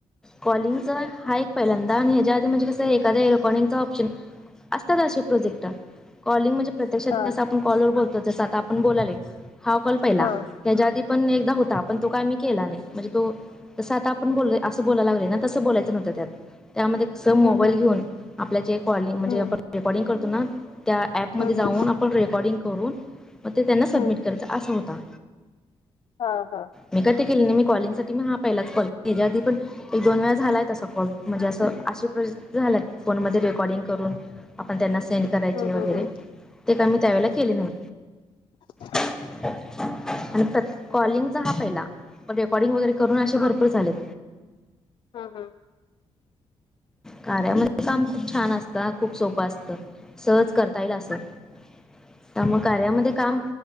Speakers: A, in the centre; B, on the left (about 50°).
A: कॉलिंगचा हा एक पहिल्यांदा आणि ह्याच्या आधी म्हणे कसं एखाद्या इलेक्ट्रॉनिक चा ऑप्शन असत का असे प्रोजेक्ट कॉलिंग म्हणजे प्रत्यक्षात
B: हा
A: जस आपण कॉल वर बोलतो जस आता आपण बोलाले हा कॉल पहिला
B: हा
A: त्याच्या आधी पण एकदा होता पण तो काय मी केला नाही म्हणजे तो तसं आता आपण बोल असं बोलायला लागले ना तसं बोलायचं नवतं त्यात त्यामध्ये अस मोबाईल
B: हम् हम
A: घेऊन आपल्याचे कॉलिंग म्हणजे
B: हम
A: आपण रेकॉर्डिंग करतो ना त्या ऍपमध्ये जाऊन
B: हम हम
A: आपण रेकॉर्डिंग करून मग ते त्यांना सबमिट
B: हम
A: करचं असा होता
B: हा हा
A: मी का ते केले नाही मी कॉलिंग म ह पहिला कॉल हच्या आधी पण एक दोन वेळा झालायत असा कॉल म्हणजे असं अशे प झालाय फोनमध्ये रेकॉर्डिंग करून आपण त्यांना सेंड करायचे
B: हम
A: वगैरे
B: हम हम
A: ते का मी त्यावेळेला केले नाही
B: ह
A: आणि कॉलिंगचा हा पहिला पण रेकॉर्डिंग वगरे करून असे भरपर झालेत
B: हा हा
A: कार्यामध्ये काम खूप छान असतं खूप सोपं असतं सहज करता येईल असत तर मग कार्यामध्ये काम